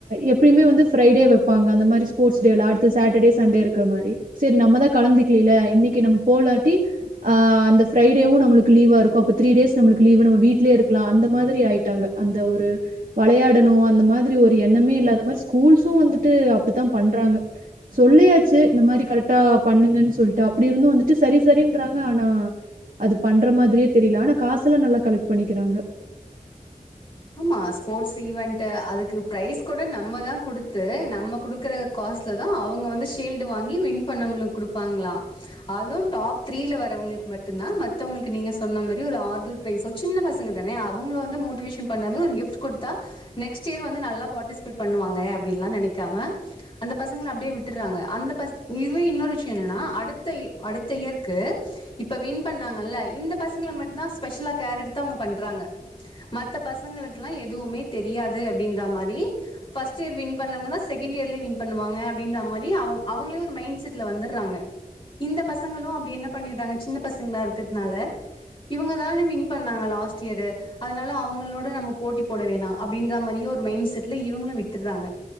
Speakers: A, on the right; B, on the left.
A: எப்பயுமே வந்து ஃப்ரைடே வெப்பாங்க அந்த மாறி ஸ்போஸ்டேலா அடுத்து சட்டடே சண்டே இருக்கமாறி சேரி நம்ம தா கலந்துகில்லேல இன்னைக்கு நம்ம போலாடி ஆ அந்த ஃப்ரைடேவு நம்மளுக்கு லீவா இருக்கு அப்பத் டேஸ் நம்மளுக்கு லீவு நம்ம வீட்லயே இருக்கலா அந்த மாறி ஆயிட்டாங்க அந்த ஒரு வளையாடணு அந்த மாதிரி ஒரு எண்ணமே இல்லாத மாறி ஸ்கூல்ஸு வந்துட்டு அப்டித்தா பண்றாங்க சொல்லியாச்சி இந்த மாறி கரெடா பண்ணுங்கன்னு சொல்லிட்டு அப்டி இருந்து வந்துட்டு சரி சரின்றாங்க ஆனா அது பண்ற மாதிரியேத் தெரில ஆனா காசெல்லா நல்லா கலெக்ட் பண்ணிக்கிறாங்க
B: ஆமா ஸ்போட்ஸ் ஈவன்டு அதுக்கு பிரைஸ் கூட நம்ம தா குடுத்து நம்ம குடுக்கற காஸ்லதா அவங்க வந்து ஷீல்டு வாங்கி வின் பண்ணவங்களுக்குடுப்பாங்களா அதும் டாப் த்ரீல வரவங்களுக்கு மட்டுதா மத்தவங்களுக்கு நீங்க சொன்ன மரி ஒரு ஆர்தல் ஃப்ரைஸோ சின்ன பசங்கதானே அவங்கள வந்து மோட் டிவேஷன் பண்ணாம ஒரு கிஃப்ட் குடுத்தா நெக்ஸ்ட் இயர் வந்து நல்லா பார்ட்டிஸ்பேட் பண்ணுவாங்க அப்டில்லா நெனைக்காம அந்த பசங்கள அப்டே விட்டுறாங்க அந்த பச் இதுவே இன்னொரு விஷ்யோ என்னனா அடுத்த இய இயர்க்கு இப்ப வின் பண்ணாங்கல இந்த பசங்கல மட்டுதா ஸ்பெஷலா கேர் எடுத்து அவங்க பண்றாங்க மத்த பசங்களுக்குல்லா எதுவுமே தெரியாது அப்டின்ற மாறி ஃபர்ஸ்ட் இயர் வின் பண்ணவங்கதா செகண்ட் இயர்லயே வின் பண்ணுவாங்க அப்டின்ன மாறி அவுங் அவங்களே ஒரு மைன் செட்ல வந்துடுறாங்க இந்த பசங்களு அப்டி என்ன பண்ணிறாங்க சின்ன பசங்களா இருக்கிறதுனால இவங்கதான வின் பண்ணாங்க லாஸ்ட் இயர் அதனால அவங்களோட நம்ம போட்டி போட வேணா அப்டின்ற மாதிரியு ஒரு மைண்ட் செட்ல இவங்களு விட்டுறாங்க